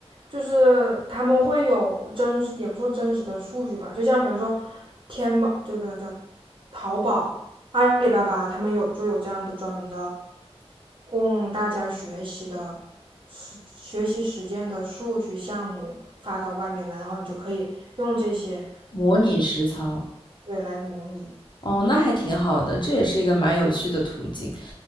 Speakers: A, on the right (about 50°); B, on the left (about 45°).
A: 就是他们会有真实，也不说真实的数据吧，就像比方说天猫，对不对？叫淘宝、阿里巴巴，他们有就有这样的专门的供大家学习的实学习实践的数据项目发到外面来，然后你就可以用这些
B: 模拟实操？
A: 对来模拟，
B: 哦，那还挺好的，这也是一个蛮有趣的途径。